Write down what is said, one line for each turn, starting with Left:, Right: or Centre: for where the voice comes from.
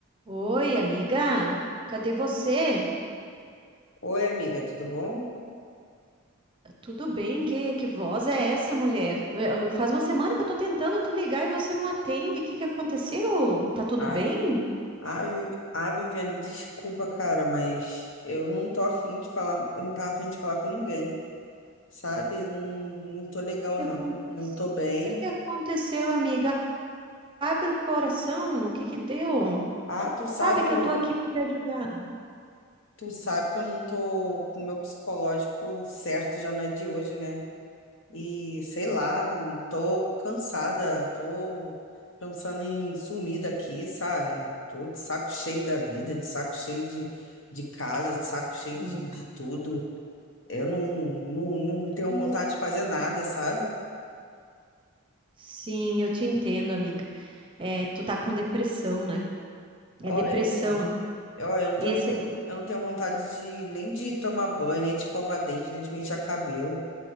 Right: Oi, amiga. Cadê você?
Left: Oi, amiga, tudo bom?
Right: Tudo bem? Que, que voz é essa, mulher? É, Eu- Faz uma semana que eu tô tentando te ligar e você não atende. O que que aconteceu? Tá tudo
Left: Ah,
Right: bem? O
Left: ah, Vi- ah, Viviane, desculpa, cara, mas eu não tô afim de falar, eu não tava afim de falar com ninguém, sabe? Não, não tô legal,
Right: que que
Left: não.
Right: aconteceu?
Left: Não tô
Right: O
Left: bem.
Right: que que aconteceu, amiga? Abre o coração. O que que deu?
Left: Ah, tu sabe
Right: Sabe que
Left: que eu,
Right: eu tô aqui para te ajudar,
Left: tu sabe que eu não tô com o meu psicológico certo, já não é de hoje, né? E sei lá, tô cansada, tô pensando em sumir daqui, sabe? Tô de saco cheio da vida, de saco cheio de de casa, de saco cheio
Right: amiga.
Left: de, de tudo. Eu não, não, não tenho
Right: E
Left: vontade
Right: eu-
Left: de fazer
Right: e-
Left: nada, sabe?
Right: Sim, eu te entendo, amiga. É, tu tá com depressão, né?
Left: Ó,
Right: É depressão,
Left: eu não tenho,
Right: amiga.
Left: ó, eu não
Right: Esse,
Left: tenho, eu não tenho vontade de nem de tomar banho, nem de escovar dente, nem de pentear cabelo,